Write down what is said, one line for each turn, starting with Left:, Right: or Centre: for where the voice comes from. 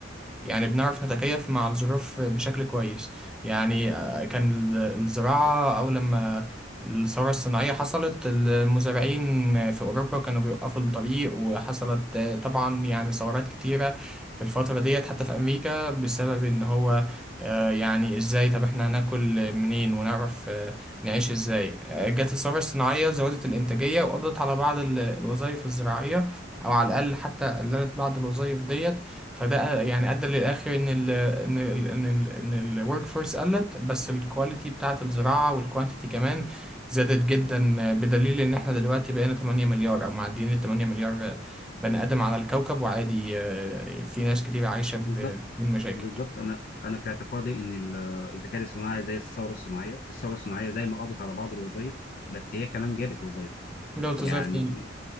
Centre: يعني بنعرف نتكيف مع الظروف بشكل كويس يعني آه، كان ال- الزراعة أو لما الثورة الصناعية حصلت المزارعين في أوروبا كانوا بيوقفوا الطريق وحصلت آه، طبعا يعني ثورات كتيرة في الفترة ديت حتى في أمريكا بسبب إن هو آه، يعني إزاي طب إحنا هناكل منين ونعرف آه، نعيش إزاي آه، جت الثورة الصناعية زودت الإنتاجية وقضت على بعض ال- الوظائف الزراعية أو على الأقل حتى قللت بعض الوظائف ديت فده يعني ادى للاخر ان ال ان ال ان ال ان الورك فورس قلت بس الكواليتي بتاعه الزراعه والكوانتيتي كمان زادت جدا بدليل ان احنا دلوقتي بقينا 8 مليار او معديين ال 8 مليار بني ادم على الكوكب وعادي آه، في ناس كتير عايشه ب-
Left: بالظبط
Centre: بدون مشاكل
Left: بالظبط انا انا في اعتقادي ان ال- الذكاء الاصطناعي زي الثوره الصناعيه الثوره الصناعيه زي ما قضت على بعض الوظائف بس هي كمان جابت وظائف
Centre: ده
Left: يعني
Centre: وظائف تاني